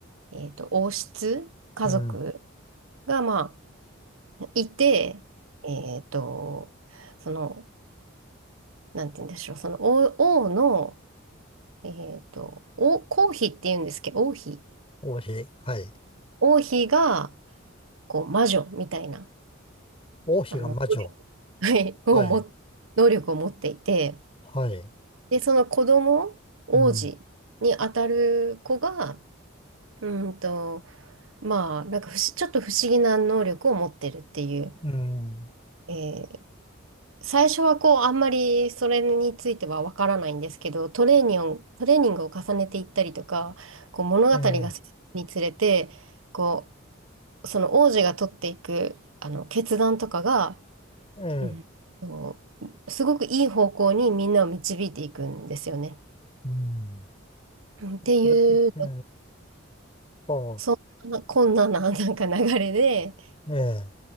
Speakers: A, on the right; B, on the left.
A: えっと、王室家族
B: うん。うん
A: が、まあ、いて、えっと、その、なんて言うんでしょう、その王、王の、えっと、王、皇妃って言うんですけど、王妃。
B: 王妃。はい。
A: 王妃が、こう、魔女みたいな、
B: 王妃が魔女。
A: あの、はい、<laughs> をも、
B: はい。
A: 能力を持っていて、
B: はい。
A: で、その子供、王子に当たる子が、
B: うん。
A: うーんと、まあ、なんか不思ちょっと不思議な能力を持ってるっていう、
B: うん。うん
A: えー最初はこう、あんまりそれについてはわからないんですけど、トレーニング、トレーニングを重ねていったりとか、こう物語が進むにつれて、
B: ええ、
A: こう、その王子が取っていく、あの決断とかが、
B: ええ、
A: うん。そうすごくいい方向にみんなを導いていくんですよね。
B: うん。
A: うんっていう、
B: それ、ええ、ああ、
A: そんなこんなな、なんか流れで、
B: ええ、